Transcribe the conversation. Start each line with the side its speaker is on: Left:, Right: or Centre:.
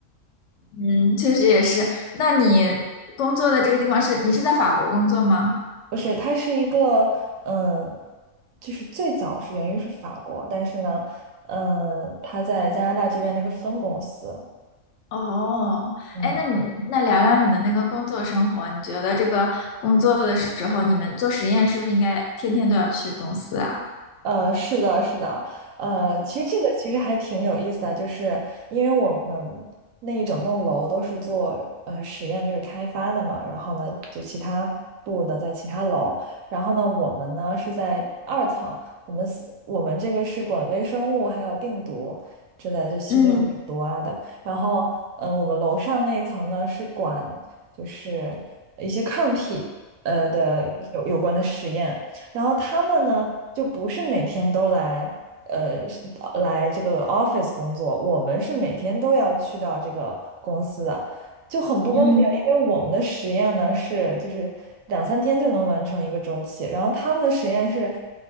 Left: 嗯，确实也是。那你工作的这个地方是，你是在法国工作吗？
Right: 不是，它是一个，嗯，就是最早是源于是法国，但是呢，嗯，它在加拿大这边的一个分公司，
Left: 哦，
Right: 嗯。
Left: 哎，那你那聊聊你的那个工作生活，你觉得这个工作的时候，你们做实验是不是应该天天都要去公司啊？
Right: 呃，是的，是的，呃，其实这个其实还挺有意思的，就是因为我们那一整栋楼都是做呃实验，就是开发的嘛，然后呢，就其他部的在其他楼，然后呢，我们呢是在二层，我们四我们这个是管微生物还有病毒之类的，就细菌和病毒啊的，
Left: 嗯
Right: 然后嗯、呃我们楼上那一层呢是管就是一些抗体呃的有有关的实验。然后他们呢，就不是每天都来，呃，是呃来这个 office 工作，我们是每天都要去到这个公司的，就很不公平，
Left: 嗯
Right: 因为我们的实验呢是就是两三天就能完成一个周期，然后他们的实验是，